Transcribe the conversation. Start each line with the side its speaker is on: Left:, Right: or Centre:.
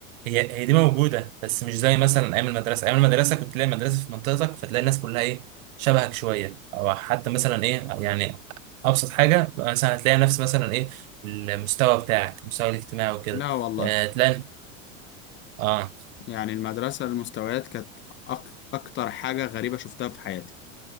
Right: هي هي دي موجوده بس مش زي مثلا ايام المدرسه ايام المدرسه كنت تلاقي مدرسه في منطقتك فتلاقي الناس كلها ايه شبهك شويه او حتى مثلا ايه يعني ابسط حاجه مثلا هتلاقي نفس مثلا ايه المستوى بتاعك المستوى الاجتماعي وكده
Left: لا والله
Right: آه تلاقي اه
Left: يعني المدرسه المستويات كانت أك... اكتر حاجه غريبه شفتها في حياتي